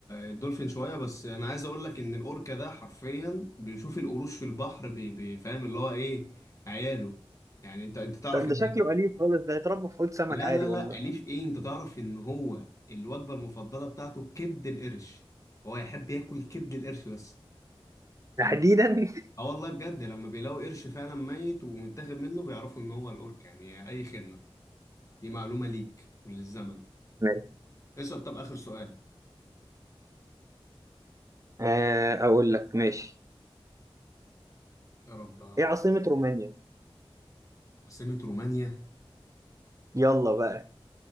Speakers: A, on the left; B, on the right.
A: الدولفين شويه بس انا عايز اقول لك ان الاوركا ده حرفيا بيشوف القروش في البحر بي- بي- فاهم اللي هو ايه عياله يعني انت انت تعرف
B: ده
A: ان
B: ده شكله اليف خالص ده يتربى في حوض سمك
A: لا
B: عادي
A: لا
B: والله
A: لا اليف ايه انت تعرف ان هو الوجبه المفضله بتاعته كبد القرش هو يحب ياكل كبد القرش بس فلما
B: تحديدا <laughs>
A: اه والله بجد لما بيلاقوا قرش فعلا ميت ومتاخد منه بيعرفوا ان هو الاوركا يعني اي خدمه دي معلومه ليك وللزمن
B: ماشي.
A: اسأل طب آخر سؤال
B: آه، اقول لك ماشي
A: يا رب
B: ايه عاصمة رومانيا
A: عاصمة رومانيا
B: يلا بقى